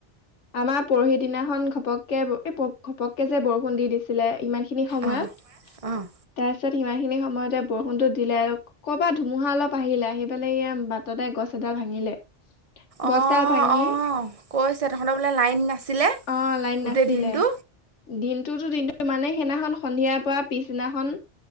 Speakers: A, on the left; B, on the right.
A: আমাৰ পৰহি দিনাখন ঘপককে এ প ঘপককে যে বৰষুণ দি দিছিলে ইমান খিনি সময়ত
B: অঁ
A: তাৰ
B: অঁ
A: তাৰপিছত সিমান খিনি সময়তে বৰষুণটো দিলে আৰু ক'ৰ পৰা ধুমুহা অলপ আহিলে আহি পেলাই এইয়া বাটতে গছ এ ডাল ভাঙিলে,
B: অঁ
A: গছ ডাল ভাঙি
B: অঁ কৈছে তহঁতৰ লাইন নাছিলে
A: অ লাইন
B: গোটেই
A: নাছিলে
B: দিনটো।
A: দিনটোতো দিনটো মানে সেইদিনাখন সন্ধিয়াৰ পৰা পিছদিনাখন